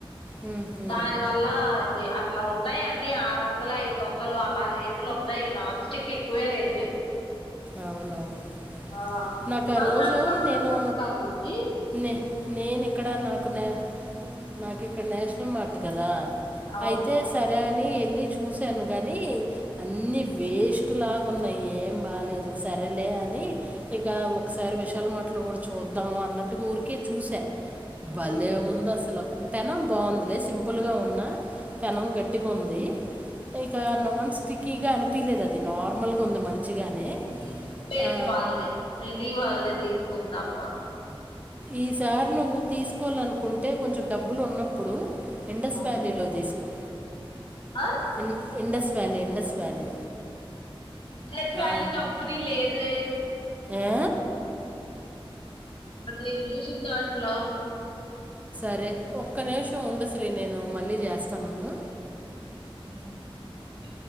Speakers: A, on the right (about 15°); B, on the left (about 60°).
A: హుహు.
B: దాని వల్ల ఇది అ అట్లా ఉన్నాయి అన్ని ఆరు వందలు, ఐదు వందలు అలా రేట్లు ఉన్నాయి నాన్ స్టిక్ ఎక్కువే రేటు.
A: అవునవును
B: ఆ
A: నాకు
B: సల్మాన్
A: ఆ రోజు
B: లో కూడా
A: నేను
B: ఉంటంది.
A: నే నేను ఇక్కడ నాకు నా నాకు ఇక్కడ నేషనల్ మార్ట్ కదా
B: అవును
A: అయితే సరే వెళ్ళి చూశాను గాని అన్ని వేస్ట్ లాగాన్నాయి ఏం బాలేదు. సరేలే అని ఇక ముకసారి విషాల్ మార్ట్లో కూడా చూద్దాము అన్నట్టు ఊరికే చూసా భలే
B: ఉమ్.
A: ఉంది అసలు పెనం బావుంది సింపుల్గా ఉన్న పెనం గట్టిగా ఉంది. ఇక నాన్ స్టిక్కీగా అనిపియలేదు అది నార్మల్ గా ఉంది మంచిగానే
B: నిది పేర్స్
A: ఆ,
B: వాళ్ళది, నిధి వాళ్ళదే తీసుకుందామ్మ.
A: ఈ సారి నువ్వు తీసుకోవాలనుకుంటే కొంచెం డబ్బులు ఉన్నప్పుడు ఇండస్
B: అవును
A: వ్యాలీలో తీసుకో
B: ఆ
A: ఇ ఇండస్ వ్యాలీ ఇంండస్ వ్యాలీ
B: ఎస్ వాళ్లి
A: ఆ.
B: కంపెనీ లేదే
A: ఏ?
B: అందు ఏబ్రియేషన్ దాంటలా
A: అరే ఒక్క నిమిషం ఉండ శ్రీ నేను మళ్ళీ చేస్తానుండు.
B: ఓ ఓకే